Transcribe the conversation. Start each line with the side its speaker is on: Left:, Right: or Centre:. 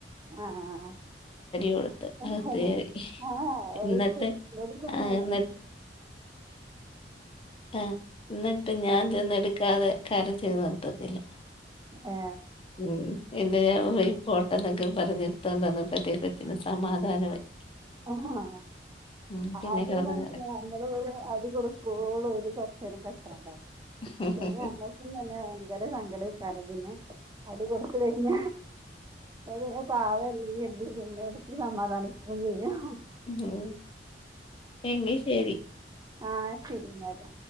Right: ആഹ്
Left: കൊടുത്ത്
Right: ആഹ്
Left: അകത്ത്
Right: ആ
Left: കേറി
Right: ആഹ് ഓര്
Left: എന്നിട്ട്
Right: ഓര്ക്കെന്നെ
Left: ആ എന്നിട്ട്
Right: <unintelligible>
Left: ആഹ് ന്നിട്ട് ഞാൻ ചെന്നിട്ക്കാതെ കരച്ചിൽ നിർത്തത്തില്ല.
Right: ഏ,
Left: ഉം പിന്നെ ഓയി പോട്ടേന്നൊക്കെ പറഞ്ഞ് ഇടുത്തോണ്ടന്നപ്പത്തേകൊച്ചിന് സമാധാനായി.
Right: ആഹ്ഹ
Left: ഉം
Right: ആതൂരാത്തില
Left: കിടന്ന്
Right: ഇങ്ങള് ഓല് അടി കൊടുക്കോള്ളോര് കൊറ്ച്ചേരം കച്ചറുണ്ടാക്കും.
Left: കരയും
Right: പിന്നെ ഞ ൻക്കും തന്നെ ഭയങ്കര സങ്കടയ്ക്കാരം പിന്നെ. അടി കൊടുത്തു കഴിഞ്ഞ. അപ്പൊ പിന്നെ പാവല്ലെരുതി പിന്നെടുത്ത് സമാധാനിക്കുകയും ചെയ്യും.
Left: ഉം എങ്കി ശരി.
Right: ആഹ് ശരി ന്നാല്.